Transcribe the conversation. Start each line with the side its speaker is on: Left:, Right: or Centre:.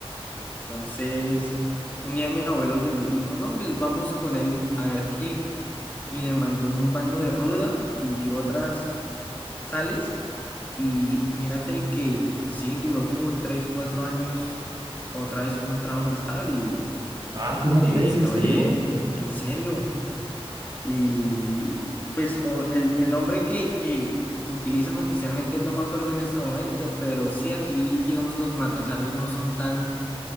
Left: Entonces, un día mi abuelo llegó y dijo, no, pues vamos con él a ver qué. Y le mandó un baño de ruda y otras sales. Y mírate que sí, duró como tres, cuatro años otra vez con un trabajo estable y
Right: Ah, ¿cómo
Left: viviendo
Right: crees? ¿En serio?
Left: bien, en serio. Y pues o el, el nombre que, que utilizan oficialmente no me acuerdo en este momento, pero sí, aquí digamos los matasanos no son tan